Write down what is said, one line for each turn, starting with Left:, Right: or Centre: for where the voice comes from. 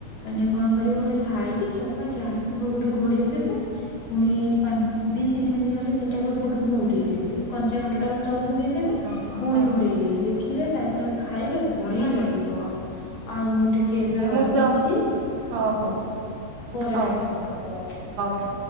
Left: ମାନେ କଣ କରିବେ ଗୋଟେ ଥାଳି କି ଚପା ଯାହା ବି ଥିବ ଗୋଟେ ଘୋଡେଇ ଦେବେ। ପୁଣି ପାଞ୍ଚ ଦି ତିନି ମିନିଟ୍ ଗଲେ ସେଇଟାକୁ ଏପଟକୁ ନେଉଟେଇଦେବେ। କଞ୍ଚା ପଟ ଟାକୁ ତଳକୁ ଦେଇଦେବେ।
Right: ହଁ ହଁ
Left: ପୁଣି
Right: ହଁ
Left: ଘୋଡେଇ
Right: ହଁ ହଁ
Left: ଦେବେ। ଦେଖିବେ ତାପରେ ଖାଇବେ ବଢିଆ ଲାଗିବ। ଆଉ ମୁଁ ଟିକିଏ ଏବେ ରହୁଚି।
Right: ମୁଁ ସ ହଉ ହଉ ହଉ
Left: ପରେ
Right: ହଉ
Left: କଥା ହବା।
Right: ହଉ।